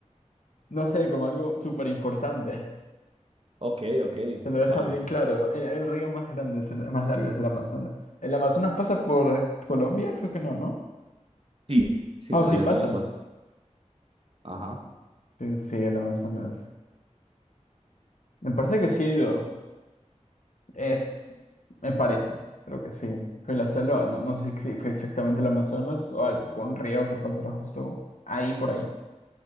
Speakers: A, on the left; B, on the right.
A: <laughs> no sé, como algo súper importante.
B: Ok, ok.
A: Te lo dejan
B: Vale,
A: bien
B: esta
A: claro. El, el río más grande, es el- más largo es el Amazonas. ¿El Amazonas pasa por eh, Colombia? Creo que no, ¿no?
B: sí, sí,
A: Oh,
B: por
A: sí
B: allá
A: pasa.
B: también pasa.
A: no.
B: Ajá.
A: Sí, sí, el Amazonas. Me parece que sí he ido. Es, me parece. Creo que sí. Fue la selva. No, no sé si fue exactamente el Amazonas o algún río que pasará justo ahí por ahí.